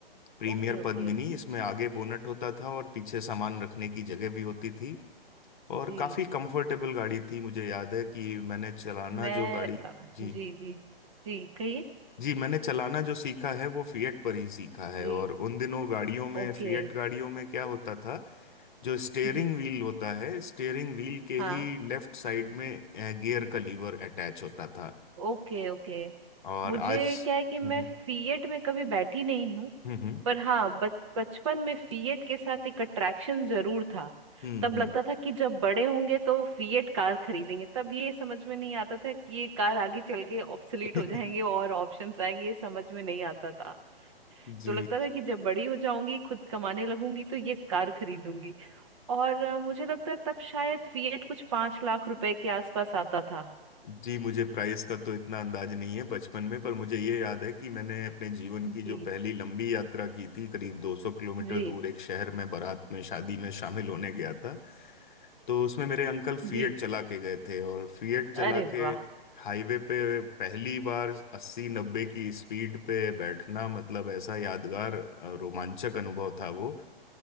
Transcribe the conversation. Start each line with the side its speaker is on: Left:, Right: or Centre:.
Left: प्रीमियर
Right: okay okay
Left: पद्मिनी इसमें आगे बोनट होता था और पीछे सामान रखने की जगह भी होती थी और
Right: जी
Left: काफी कंफर्टेबल गाड़ी थी मुझे याद है कि मैंने चलाना
Right: मैं
Left: जो गाड़ी
Right: अ,
Left: जी
Right: जी जी जी कहिए
Left: जी मैंने चलाना जो सीखा है वो फिएट पर ही सीखा है
Right: जी
Left: और उन दिनों गाड़ियों में
Right: ओके
Left: फिएट गाड़ियों में क्या होता था जो स्टेयरिंग
Right: जी
Left: व्हील होता है स्टेयरिंग व्हील के
Right: हाँ
Left: ही लेफ्ट साइड में गियर का लीवर अटैच होता था
Right: Okay okay
Left: और
Right: मुझे
Left: आज
Right: क्या है कि मैं
Left: हम्म
Right: फीएट में कभी बैठी नहीं हूँ
Left: हम्म
Right: पर हाँ बच बचपन में फीएट के साथ एक अट्रैक्शन जरूर था
Left: हम्म
Right: तब
Left: हम्म
Right: लगता था कि जब बड़े होंगे तो फीएट कार खरीदेंगे तब ये समझ में नहीं आता था कि ये कार आगे चल के ऑब्सोलीट
Left: <laughs>
Right: हो जाएंगे और ऑप्शंस आएंगे ये समझ में नहीं आता था
Left: जी
Right: तो लगता था कि जब बड़ी हो जाऊंगी खुद कमाने लगूंगी तो ये कार खरीदूंगी और अ, मुझे लगता है तब शायद फीएट कुछ पांच लाख रुपए के आसपास आता था
Left: जी मुझे प्राइस का तो इतना अंदाज नहीं है बचपन में पर मुझे ये याद है कि मैंने अपने जीवन की
Right: जी
Left: जो पहली लंबी यात्रा की थी करीब 200 किलोमीटर
Right: जी
Left: दूर एक शहर में बारात में शादी में शामिल होने गया था तो उसमें मेरे अंकल फिएट
Right: जी
Left: चला के गए थे और फिएट
Right: अरे
Left: चला के
Right: वाह
Left: हाईवे पे पहली बार अस्सी नब्बे की स्पीड पे बैठना मतलब ऐसा यादगार अ, रोमांचक अनुभव था वो